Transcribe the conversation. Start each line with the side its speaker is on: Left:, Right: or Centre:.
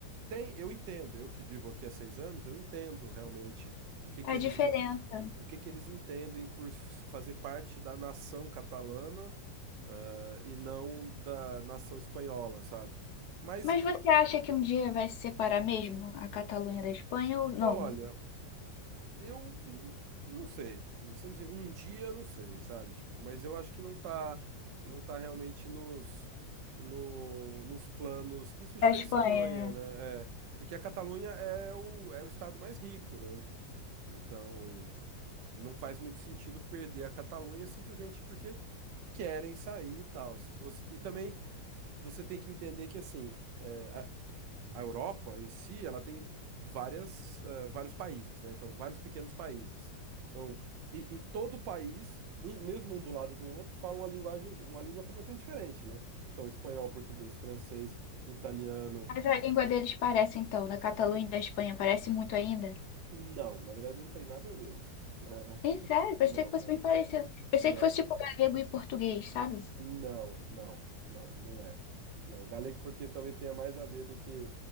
Right: Tem, eu entendo, eu que vivo aqui há seis anos, eu entendo realmente o que que
Left: A
Right: eles,
Left: diferença.
Right: en- o que que eles entendem por f- fazer parte da nação catalana, eh, e não da nação espanhola, sabe? Mas,
Left: Mas você acha que um dia vai se separar mesmo a Catalunha da Espanha ou não?
Right: olha, eu n- não sei, não sei dizer, um dia não sei, sabe? Tipo, mas eu acho que não tá, não tá realmente nos, no, nos planos, principalmente
Left: A
Right: da
Left: Espanha,
Right: Espanha,
Left: né?
Right: né? É, porque a Catalunha é o, é o estado mais rico, né? Então. não faz muito sentido perder a Catalunha simplesmente porque querem sair e tal. Se fosse... E também você tem que entender que assim, é, a, a Europa em si, ela tem várias, ah, vários países, né? Então, vários pequenos países. Então, e, e todo país, um, mesmo um do lado do outro, fala uma linguagem, uma língua completamente diferente, né? Então, espanhol, português, francês, italiano.
Left: Mas a língua deles parece, então, da Catalunha e da Espanha, parece muito ainda.
Right: Não, na verdade não tem nada a ver. É,
Left: Sim, sério, pensei
Right: não,
Left: que fosse bem
Right: é,
Left: parecido. Pensei
Right: não.
Left: que fosse tipo galego e português, sabe?
Right: Não, não, não, não é. Não, o galego e português talvez tenha mais a ver do que.